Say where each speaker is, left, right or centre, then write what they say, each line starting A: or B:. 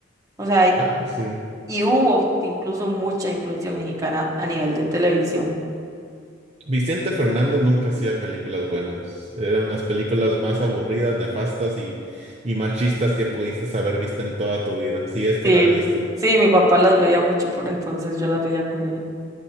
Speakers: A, on the right; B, on the right.
A: O sea, hay-
B: Ah, sí.
A: y hubo incluso mucha influencia mexicana a nivel de televisión.
B: Vicente Fernández nunca hacía películas buenas. Eran las películas más aburridas, nefastas y, y machistas que pudiste haber visto en toda tu vida, si es que
A: Sí.
B: las viste.
A: Sí, mi papá las veía mucho, por entonces yo las veía con él.